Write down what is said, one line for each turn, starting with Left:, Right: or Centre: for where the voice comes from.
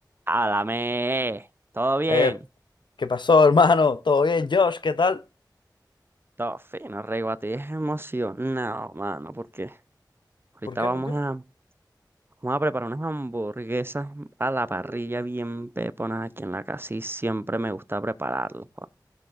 Right: Álame, ¿todo bien?
Left: Eh, ¿qué pasó, hermano? ¿Todo bien, Josh? ¿Qué tal?
Right: Todo fino, rey. a es emocionado, mano, porque ahorita
Left: ¿Por qué?
Right: vamos
Left: ¿Por qué?
Right: a, vamos a preparar unas hamburguesas a la parrilla bien peponas aquí en la casa y siempre me gusta prepararlas, pa.